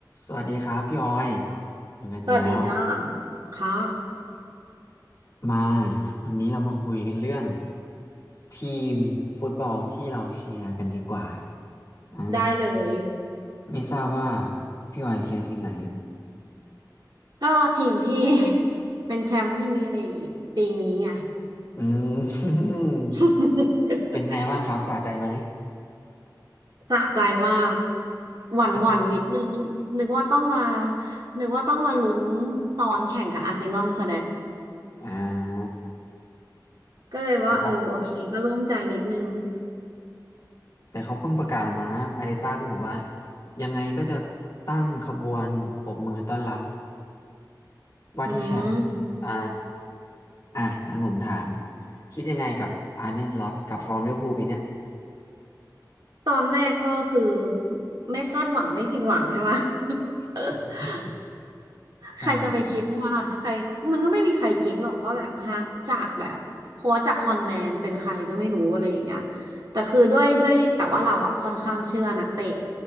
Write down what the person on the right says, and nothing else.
สวัสดีจ้าค่ะ
ได้เลย
ก็ทีมที่ <laughs> เป็นแชมป์พรีเมียร์ลีกปีนี้ไง
<laughs>
สะใจมากหวั่นหวั่นนิดนึง
นึกว่าต้องมานึกว่าต้องมาลุ้นตอนแข่งกับอาร์เซนอลซะแล้ว
ก็เลยว่าเออโอเคก็โล่งใจนิดนึง
อืม
ตอนแรกก็คือไม่คาดหวังไม่ผิดหวังใช่ปะ <laughs>
ใครจะไปคิดว่าล่ะใครมันก็ไม่มีใครคิดหรอกว่าแบบฮะจากแบบโค้ชจากฮอลแลนด์เป็นใครก็ไม่รู้อะไรอย่างเงี้ยแต่คือด้วยด้วยแต่ว่าเราอ่ะค่อนข้างเชื่อนักเตะ